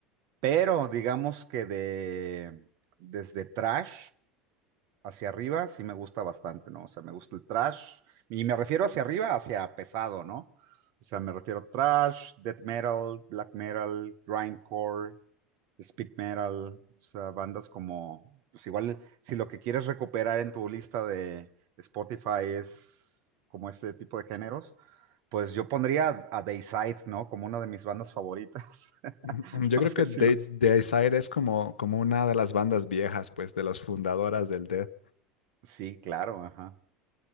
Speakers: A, on the right; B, on the left.
A: Pero digamos que de desde trash hacia arriba sí me gusta bastante, ¿no? O sea, me gusta el trash. Y me refiero hacia arriba, hacia pesado, ¿no? O sea, me refiero a trash, death metal, black metal, grindcore, speed metal, o sea, bandas como, pues igual, si lo que quieres recuperar en tu lista de Spotify es como este tipo de géneros, pues yo pondría a Dayside, ¿no? Como una de mis bandas favoritas.
B: Mm,
A: <laughs>
B: mm, Yo
A: No
B: creo
A: sé
B: que
A: si
B: The,
A: los...
B: The Desire es como, como una de las bandas viejas, pues, de las fundadoras del Death.
A: Sí, claro, ajá.